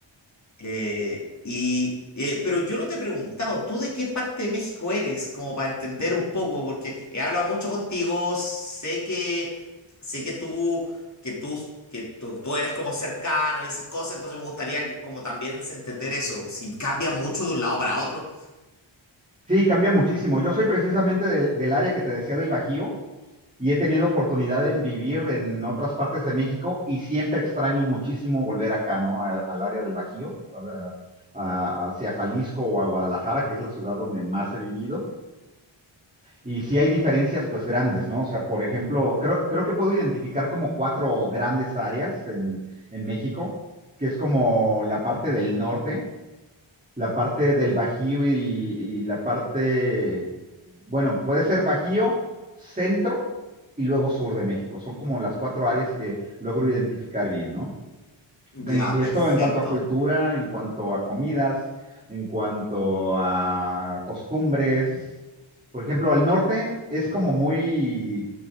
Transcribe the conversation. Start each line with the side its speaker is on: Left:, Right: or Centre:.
Left: Eh, y, eh, pero yo no te he preguntado, ¿tú de qué parte de México eres? Como para entender un poco, porque he hablado mucho contigo, sé que, sé que tú, que tú, que tú, tú eres como cercano y esas cosas, entonces me gustaría que como también se- entender eso, si cambia mucho de un lado para otro.
Right: Sí, cambia muchísimo. Yo soy precisamente del, del área que te decía del Bajío y he tenido oportunidad de vivir en otras partes de México y siempre extraño muchísimo volver acá, ¿no? A- al área del Bajío, a- a- hacia Jalisco o a Guadalajara, que es la ciudad donde más he vivido. Y sí hay diferencias pues grandes, ¿no? O sea, por ejemplo, creo, creo que puedo identificar como cuatro grandes áreas en, en México, que es como la parte del norte, la parte del Bajío y, y la parte, bueno, puede ser Bajío, centro y luego sur de México. Son como las cuatro áreas que logro identificar bien, ¿no? Eh,
Left: Ya, perfecto.
Right: esto en cuanto a cultura, en cuanto a comidas, en cuanto a costumbres. Por ejemplo, al norte es como muy,